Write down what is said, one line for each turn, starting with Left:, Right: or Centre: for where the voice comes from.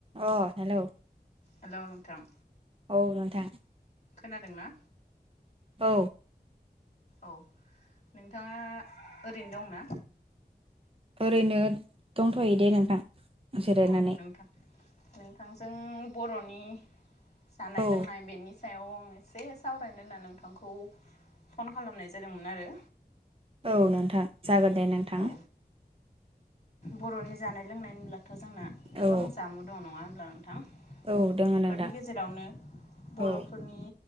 Right: अ hello
Left: hello नोंथां
Right: औ नोंथां
Left: खोनादोंना?
Right: औ
Left: औ नोंथाङा ओरैनो दंना?
Right: ओरैनो दंथ'यो दे नोंथां। जिरायनानै
Left: औ नोंथां। नोंथांजों बर'नि जानाय
Right: औ
Left: लोंनाय बेनि सायाव आं एसे सावरायनो होनना नोंथांखौ फन खालामनाय जादोंमोन आरो।
Right: औ नोंथां। जागोन दे नोंथां।
Left: औ बर'नि जानाय लोंनाय होनब्ला थ' जोंना गोबां
Right: औ
Left: जामु दं नङा <unintelligible> थां
Right: औ दोङो
Left: बेफोरनि
Right: नोंथां
Left: गेजेरावनो बर'फोरनि
Right: औ